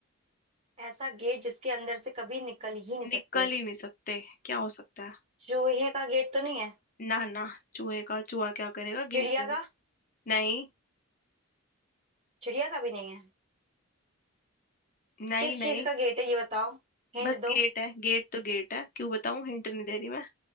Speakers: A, on the right; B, on the left.
A: ऐसा गेट जिसके अंदर से कभी निकल ही नहीं
B: निकल
A: सकते
B: ही नहीं सकते क्या हो सकता है
A: चूहे का गेट तो नहीं है
B: ना ना चूहे का चूहा क्या करेगा
A: चिड़िया
B: गेट में
A: का
B: नहीं
A: चिड़िया का भी नहीं है
B: नहीं
A: किस चीज
B: नहीं
A: का गेट है ये बताओ हिंट
B: बस
A: दो
B: गेट है गेट तो गेट है क्यों बताऊं हिंट नहीं दे रही मैं